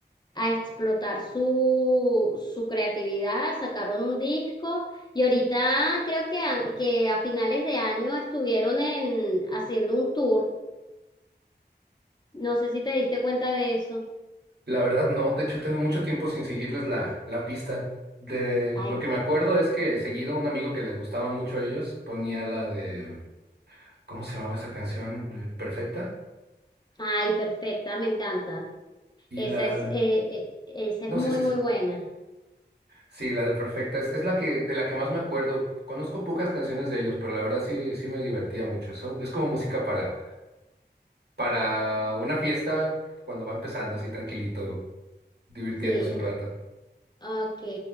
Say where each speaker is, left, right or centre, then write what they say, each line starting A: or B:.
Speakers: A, on the left (about 25°); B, on the right (about 65°).
A: a explotar su, su creatividad, sacaron un disco y ahorita creo que a, que a finales de año estuvieron en, haciendo un tour. No sé si te diste cuenta de eso.
B: La verdad no, de hecho tengo mucho tiempo sin seguirles la, la pista. De
A: Ay,
B: lo que me acuerdo es que seguido un amigo que les gustaban mucho a ellos ponía la de ¿Cómo se llamaba esa canción? Eh, ¿Perfecta?
A: ay, perfecta, me encanta.
B: Y
A: Esa
B: la
A: es,
B: de...
A: eh, eh, esa
B: No,
A: es muy,
B: sí es esa.
A: muy buena.
B: Sí, la de Perfecta. Es, es la que, de la que más me acuerdo. Conozco pocas canciones de ellos, pero la verdad sí, sí me divertía mucho. Eso es como música para, para una fiesta cuando va empezando así tranquilito, divirtiéndose
A: Sí,
B: un rato.
A: ah, ok.